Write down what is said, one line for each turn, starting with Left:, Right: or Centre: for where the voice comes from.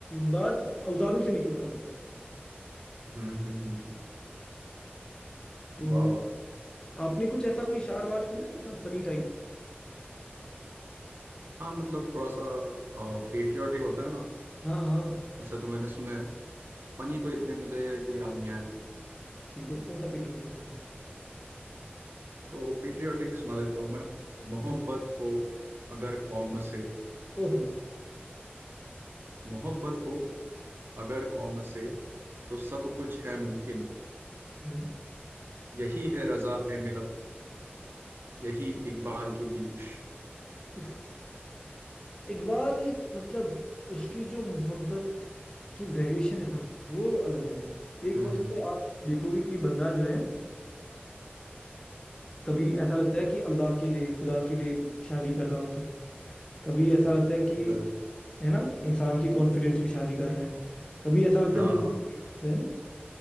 Left: बाद औजारों से निकलना पड़ता
Right: हम्म हम्म हम्म हम्म,
Left: तो
Right: वाह वाह
Left: आपने कुछ ऐसा कोई शार वार सुना है ऐसा फनी टाइप
Right: हाँ मतलब थोड़ा सा पेट्रियाटिक होता है ना
Left: हाँ हाँ
Right: वैसा तो मैंने सुना है फनी तो इतने मुझे याद नहीं आ रहे
Left: ठीक है कौन सा पेट्रियोटिक सुना आपने?
Right: तो पेट्रियाटिक सुना देता हूँ मैं मोहब्बत
Left: हम्म,
Right: हो अगर कौम से
Left: ओहो
Right: मोहब्बत हो अगर कौम से तो सब कुछ है मुमकिन
Left: हम्म
Right: यही है रजा ए मिलत यही इकबाल की बिंदिश
Left: उफ इकबाल मतलब उसकी जो मोहब्बत की वेरिएशन है ना वो अलग लेवल है एक
Right: हम्म
Left: वक्त
Right: हम्म
Left: पे आप देखोगे कि बंदा जो है कभी ऐसा लगता है कि अल्लाह के लिए खुदा के लिए शायरी कर रहा होता है कभी ऐसा लगता है कि
Right: जरूर
Left: है ना इंसान की कॉन्फिडेंस पे शायरी कर रहे हैं कभी ऐसा लगता
Right: हाँ
Left: है मुंह
Right: हाँ हाँ
Left: है ना